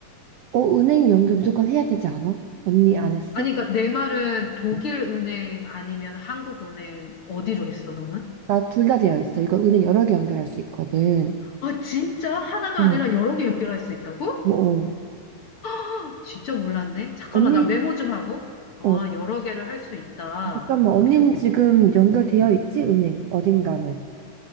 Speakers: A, on the right; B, on the left.
A: 어, 은행 연결 무조건 해야 되지 않아? 언니 안 했어?
B: 아니, 그러니까 내 말은 독일
A: 어.
B: 은행 아니면 한국 은행 어디로 했어, 너는?
A: 나둘 다 되어 있어. 이거 은행 여러 개 연결할 수 있거든.
B: 아, 진짜? 하나가
A: 어.
B: 아니라 여러 개 연결할 수 있다고?
A: 어, 어.
B: 아, 진짜 몰랐네. 잠깐만,
A: 언니,
B: 나 메모 좀 하고. 아,
A: 어,
B: 여러 개를 할 수 있다.
A: 잠깐만, 언니는
B: 오케이, 오케이.
A: 지금 연결되어 있지? 은행, 어딘가는.